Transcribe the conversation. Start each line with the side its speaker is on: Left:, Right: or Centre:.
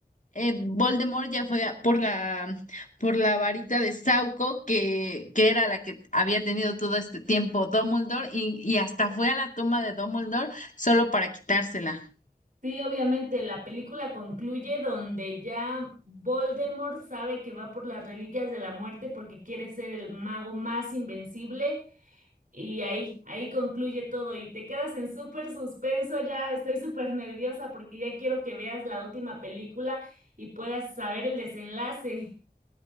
Left: eh, Voldemort ya fue a- por la, por la varita de Sauco, que, que era la que había tenido todo este tiempo Dumbledore, y, y hasta fue a la tumba de Dumbledore solo para quitársela.
Right: Sí, obviamente, la película concluye donde ya Voldemort sabe que va por las reliquias de la muerte porque quiere ser el mago más invencible y ahí, ahí concluye todo y te quedas en súper suspenso, ya estoy súper nerviosa porque ya quiero que veas la última película y puedas saber el desenlace.